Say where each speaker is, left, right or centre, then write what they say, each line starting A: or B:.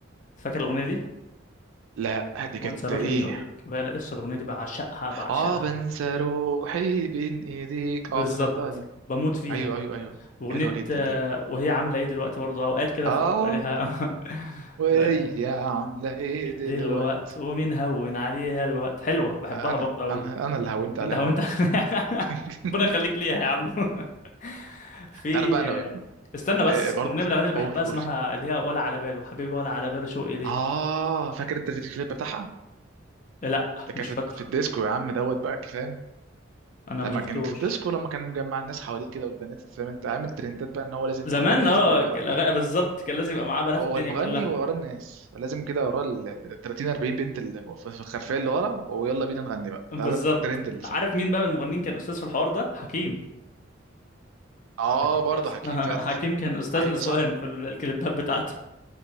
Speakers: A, on the left; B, on the right.
A: فاكر الاغنيه دي
B: لا دي
A: وانسى
B: كانت
A: روحي
B: ايه
A: بين ايديك بقى لا اصلا الاغنيه دي بعشقها بعشقها
B: اه بنسى روحي بين ايديك
A: بالظبط
B: اه افتكرتها دي
A: بموت فيها
B: ايوه ايوه ايوه
A: اغنيه
B: حلوه جدا
A: آه،
B: دي
A: وهي عامله ايه دلوقتي برضو اوقات كده
B: اه
A: فبيبقى ليها <laughs>
B: وهي
A: بيبقى ليها
B: عامله ايه
A: ايه
B: دلوقتي
A: دلوقت ومين هون عليها الوقت حلوه بحبها
B: انا
A: برضو قوي
B: انا انا اللي هونت عليها
A: انت هو
B: الوقت
A: انت <laughs>
B: <laughs>
A: ربنا يخليك ليها يا عم <laughs> في
B: تعرف بقى انا ب-
A: استنى بس
B: آه، آه، برضه
A: الاغنيه من الاغاني اللي بحبها
B: قول قول
A: اسمها اللي هي ولا على باله حبيبي ولا على باله شوقي ليه
B: اه فاكر انت الفيديو كليب بتاعها
A: لا
B: ده كان
A: مش
B: في
A: فاكره
B: في الديسكو يا عم دوت بقى فاهم
A: انا ما
B: لما
A: شفتوش
B: كان في الديسكو لما كان مجمع الناس حواليه كده والبنات فاهم انت عامل ترندات بقى ان هو لازم
A: زمان
B: مغني لازم
A: اه
B: يبقى ورا
A: الأغا- بالظبط كان لازم يبقى معاه بنات
B: هو
A: الدنيا
B: المغني
A: كلها
B: ورا الناس لازم كده ورا ال 30 40 بنت اللي في في الخلفيه اللي ورا ويلا بينا نغني بقى
A: بالظبط
B: ده ده الترند اللي
A: عارف
B: ساي
A: مين بقى من المغنيين كان استاذ في الحوار ده حكيم
B: اه
A: حكيم
B: برضه
A: يا اسطى
B: حكيم
A: <laughs>
B: فعلا
A: حكيم كان استاذ
B: ايوه
A: نسوان
B: صح
A: في ال- الكليبات بتاعته